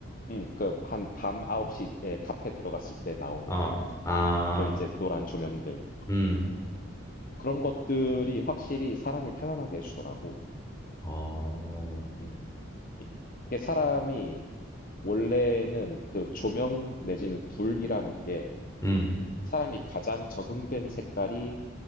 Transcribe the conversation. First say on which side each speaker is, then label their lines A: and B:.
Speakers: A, on the left; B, on the left.
A: 음, 그, 한 밤 9시에 카페 들어갔을 때 나오는
B: 아, 아,
A: 그런 이제 노란 조명들.
B: 음,
A: 그런 것들이 확실히 사람을 편안하게 해 주더라고.
B: 어,
A: 음. 이 이게 사람이 원래는 그 조명 내지는 불이라는 게
B: 음,
A: 사람이 가장 적응된 색깔이